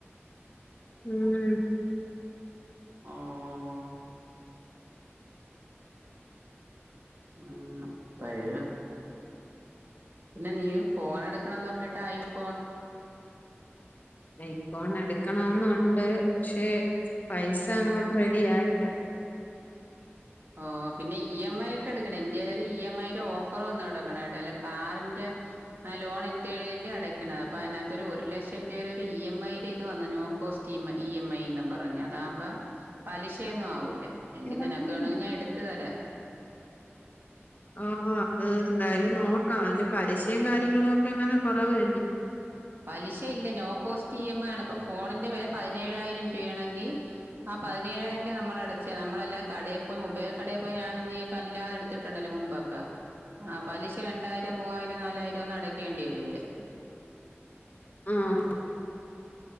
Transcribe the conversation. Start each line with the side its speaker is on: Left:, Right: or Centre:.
Left: ഉം
Right: ആഹ് ആഹ് അപ്പഴ് പിന്നെ നീ ഫോൺ എടുക്കണംന്ന് പറഞ്ഞിട്ട് ഐഫോൺ
Left: ഐഫോൺ എടുക്കണന്നുണ്ട് പക്ഷെ പൈസ അങ്ങോട്ട് റെഡി ആയില്ല
Right: ഓഹ് പിന്നെ ഇ എം ഐ യിട്ട് എടുക്കണം എന്റേലൊരു ഇ എം ഐയുടെ ഓഫർ വന്നു കിടക്ക്ണ് കേട്ടോ അല്ലെ കാറിന്റെ ആഹ് ലോൺ എന്റെതില് അല്ലെ അടയ്ക്കണത് അപ്പ അയിനാത്ത് ഒര് ഒരു ലക്ഷം രൂപേടെ ഒരു ഇ എം ഐ ടെ ഇത് വന്നു no cost E M I എന്നും പറഞ്ഞു അതാമ്പൊ പലിശയൊന്നും ആവൂല എങ്കിൽ
Left: ഇറങ്ങുന്നു
Right: നിനക്ക് വേണെങ്കിൽ ഞാൻ എടുത്തു തരാ
Left: ഓഹ് അത് എന്തായാലും നോക്കണം അതില് പലിശയും കാര്യങ്ങളും ഒക്കെ എങ്ങനെ കൊറവ് തന്നെ
Right: പലിശ ഇല്ല no cost E M I ആണ് ഇപ്പൊ ഫോണിന്റെ വില പതിനേഴായിരം രൂപയാണെങ്കിൽ ആഹ് പതിനേഴായിരം രൂപ നമ്മള് അടച്ചതി നമ്മളല്ലാതെ കടയിൽ പോയി മൊബൈൽ കടയിൽ പോയി ഞാനും നീയൊക്കെ അല്ലതെടു എട്ത്തിട്ടുണ്ടല്ലോ മുമ്പൊക്കെ ആഹ് പലിശ രണ്ടായിരം മൂവായിരം നാലായിരം ഒന്നും അടക്കേണ്ടി വരുല്ല
Left: <unintelligible> ആഹ്